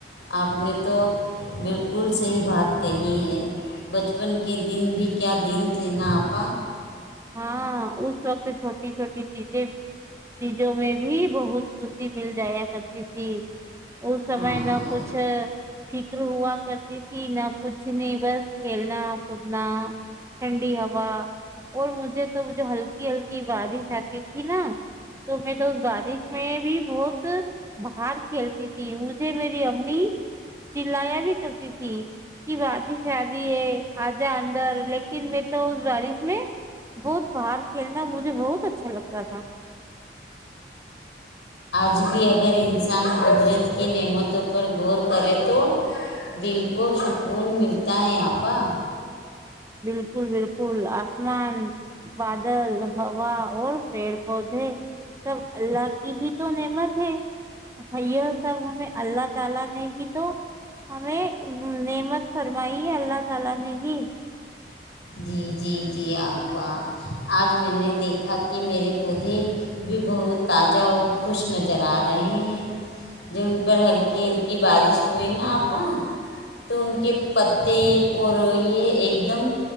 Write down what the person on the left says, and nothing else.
آپ نے تو بالکل صحیح بات کہی ہے بچپن کے دن بھی کیا دن تھے نا آپا
ہاں
کچھ بھی اگر انسان قدرت کی نعمتوں پر غور کرے تو دل <inaudible> کو سکون ملتا ہے آپا
جی جی جی آپپ آج میں نے دیکھا کہ میرے پودے بھی بہت تازہ اور خوش نظر آ رہے ہیں جب ان پر ہلکی ہلکی بارش ہوئی نا آپا تو ان کے پتے اور یہ ایک دم